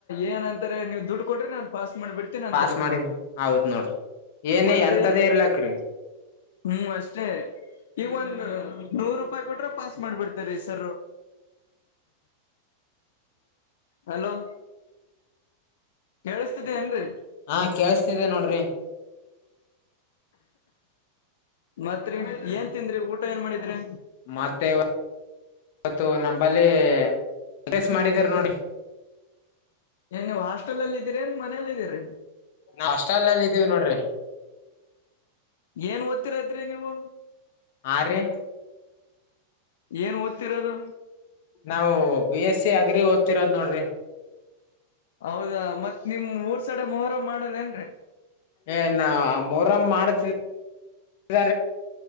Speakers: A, on the left (about 75°); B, on the left (about 50°).
A: ಏನಂತಾರೆ ನೀವು ದುಡ್ಡು ಕೊಟ್ರೆನೆ ಪಾಸ್ ಮಾಡ್ಬಿಡ್ತೇನ ಅಂತಾರಪ್ಪ
B: ಪಾಸ್ ಮಾಡಿ ಹೌದ್ ನೋಡ್ರಿ ಏನ
A: ಮತ್ತೆ
B: ಎಂತದೇ ಇರ್ಲಕ್ರೀ
A: ಹ್ಮ್ ಅಷ್ಟೇ ಈಗೊಂದು ನೂರು ರೂಪಾಯಿ ಕೊಟ್ರೆ ಪಾಸ್ ಮಾಡ್ಬಿಡ್ತಾರೀ ಸರ್ ಹಲೋ ಕೇಳಸ್ತಿದೆ ಏನ್ರಿ
B: ಹಾ ಕೇೇಳಸ್ತಿದೆ ನೋಡ್ರಿ
A: ಮತ್ರಿ ಏನ್ ತಿಂದ್ರಿ ಊಟ ಏನ್ ಮಾಡಿದ್ರಿ
B: ಮತ್ತೇವ ಇವತ್ತು ನಮ್ಮಂಬಲ್ಲಿ ಅಡ್ರೆಸ್ ಮಾಡಿದಾರ ನೋಡಿ
A: ಏನ್ ನೀವು ಹಾಸ್ಟೆಲ್ ಅಲ್ಲಿ ಇದ್ದೀರಿ ಏನ್ ಮನಲ್ಲ ಇದಿದ್ದೀರಿ
B: ನಾವ್ ಹಾಸ್ಟೆಲ್ ನಲ್ಲಿ ಇದೀವಿ ನೋಡ್ರಿ
A: ಏನ್ ದ್ತ್ತಿರದ್ರಿ ನೀವು
B: ಹಾ ರೀ
A: ಏನ್ ಓದ್ತಿರೋದು
B: ನಾವವು ಬಿ ಎಸ್ ಸಿ ಅಗ್ರಿ ಓದ್ತಿರೋದ್ ನೋಡ್ರಿ
A: ಹೌದಾ ಮತ್ತ್ ನಿಮ ಊರ್ ಸಡೆ ಮೊಹರ ಮಾಡಲ್ ಏನ್ರರಿ
B: ಏ ನಾ ಮೂರಮ್ಮ ಮಾಡತಿದ